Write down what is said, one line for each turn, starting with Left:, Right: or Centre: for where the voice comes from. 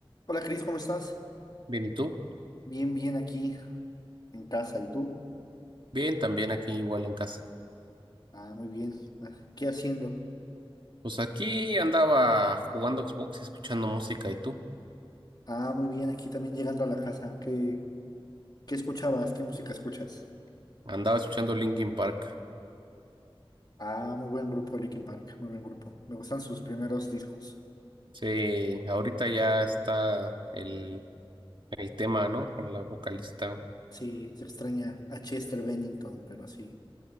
Left: Hola Cris, ¿cómo estás?
Right: Bien, ¿y tú?
Left: Bien, bien aquí en casa. ¿Y tú?
Right: Bien, también aquí igual en casa.
Left: Ah, muy bien. Ah, ¿Qué haciendo?
Right: Pues aquí andaba jugando Xbox, escuchando música, ¿y tú?
Left: Ah, muy bien, aquí también llegando a la casa. ¿Qué, qué escuchabas? ¿Qué música escuchas?
Right: Andaba escuchando Linkin Park.
Left: Ah, muy buen grupo, Linkin Park, muy buen grupo. Me gustan sus primeros discos.
Right: Sí, ahorita ya está el, el tema, ¿no? Con la vocalista.
Left: Sí, se extraña a Chester Bennington, pero sí.